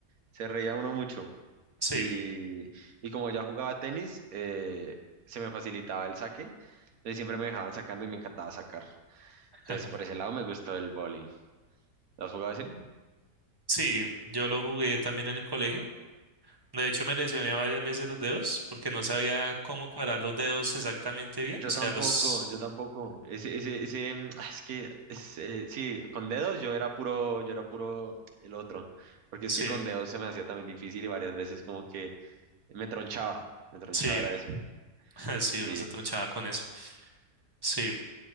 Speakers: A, on the right; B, on the right.
A: se reía uno mucho.
B: Sí.
A: Y, y como ya jugaba tenis, eh, se me facilitaba el saque. Entonces siempre me dejaban sacando y me encantaba sacar.
B: <laughs>
A: Entonces por ese lado me gustó el voleibol. ¿Lo has jugado así?
B: Sí, yo lo jugué también en el colegio. De hecho, me lesioné varias veces los dedos porque no sabía cómo cuadrar los dedos exactamente bien.
A: Yo
B: O sea,
A: tampoco,
B: los...
A: yo tampoco. Ese, ese, ese, mm, ah, es que, es, eh, sí, con dedos yo era puro, yo era puro el otro, porque
B: Sí,
A: es que con dedos se me hacía también difícil y varias veces como que me tronchaba, me tronchaba
B: sí,
A: era eso.
B: <laughs> sí,
A: Sí,
B: uno se tronchaba con eso. Sí,